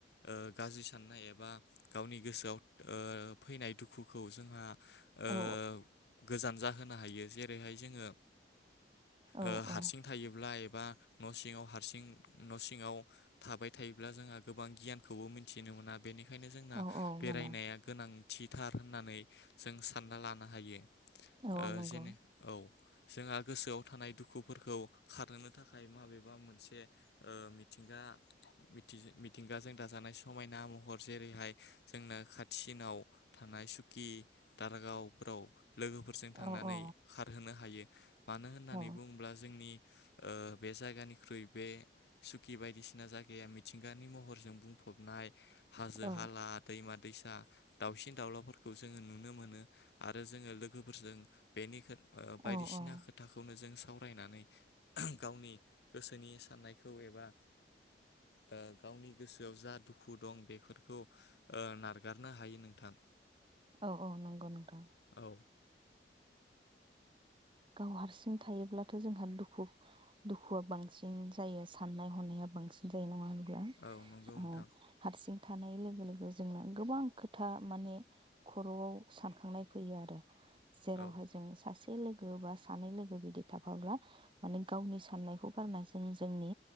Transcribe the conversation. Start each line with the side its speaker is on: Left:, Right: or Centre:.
Left: ओ गाज्रि साननाय एबा गावनि गोसोआव ओ फैनाय दुखुखौ जोंहा ओ
Right: औ
Left: गोजान जा होनो हायो जेरैहाय जोङो
Right: औ
Left: ओ हारसिं
Right: औ
Left: थायोब्ला एब बा न' सिङाव हारसिं न' सिङाव थाबाय थायोब्ला जोंहा गोबां गियानखौबो मिथिनो मोना बेनिखायनो जोंना
Right: औ औ
Left: बेरायनाया
Right: मोना
Left: गोनां थिथार होननानै जों सानना लानो हायो
Right: औ
Left: ओ
Right: नंगौ
Left: जेनो औ जोंहा गोसोआव थानाय दुखुफोरखौ खारहोनो थाखाय माबेबा मोनसे ओ मिथिंगा मिथिजो मिथिंगाजों दाजानाय समायना महर जेरैहाय जोंना खाथिसिनाव थानाय सुकि दारागावफोराव लोगोफोरजों
Right: औ
Left: थांनानै
Right: औ
Left: खारहोनो हायो मानो होननानै
Right: औ
Left: बुङोब्ला जोंनि ओ बे जायगानिख्रुइ बे सुकि बायदिसिना जायगाया मिथिंगानि महरजों बुंफबनाय हाजो
Right: औ
Left: हाला दैमा दैसा दाउसिन दाउलाफोरखौ जोङो नुनो मोनो आरो जोङो लोगोफोरजों बेनि गोथ ओ बायदिसि
Right: औ औ
Left: ना खोथाखौनो जों सा आव रायनानै गावनि गोसोनि साननायखौ एबा ओ गावनि गोसोआव जा दुखु दं बेफोरखौ ओ नारगारनो हायो नोंथां।
Right: औ औ नंगौ नोंथां।
Left: औ
Right: गाव हारसिं थायोब्लाथ जोंहा दुखु दुखुआ बांसिन जायो साननाय हनाया बांसिन जायो नङा होन ब्ला
Left: औ नंगौ नोंथां
Right: अ हारसिं थानाय लोगो लोगो जोंना गोबां खोथा माने खर'आव सानखांनाय फैयो आरो जेरावहाय
Left: औ
Right: जों सासे <unintelligible> गो बा सानै लोगो बिदि थाफाब्ला माने गावनि साननायखौ गारना जों जोंनि